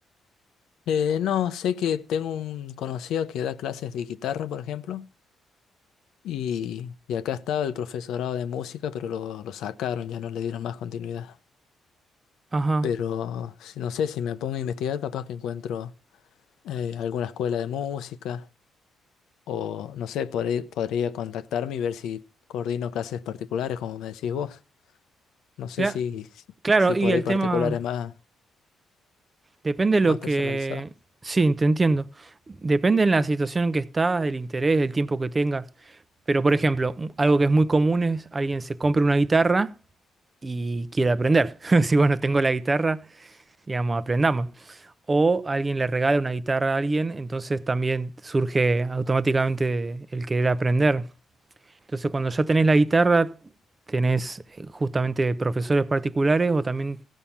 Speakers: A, on the left; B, on the right.
A: Eh, no, sé que tengo un conocido que da clases de guitarra, por ejemplo, y, y acá estaba el profesorado de música, pero lo, lo sacaron, ya no le dieron más continuidad.
B: Ajá.
A: Pero si- no sé, si me pongo a investigar, capaz que encuentro eh, alguna escuela de música o no sé, podré- podría contactarme y ver si coordino clases particulares, como me decís vos. No sé
B: Cla-
A: si,
B: claro,
A: si por
B: y el
A: ahí particulares
B: tema,
A: más,
B: depende de lo
A: más personalizadas.
B: que... Sí, te entiendo. Depende en la situación en que estás, el interés, el tiempo que tengas. Pero por ejemplo, un- algo que es muy común es alguien se compra una guitarra y quiere aprender. <laughs> Si bueno, tengo la guitarra, digamos, aprendamos. O alguien le regala una guitarra a alguien, entonces también surge automáticamente el querer aprender. Entonces, cuando ya tenés la guitarra, tenés eh, justamente profesores particulares o también,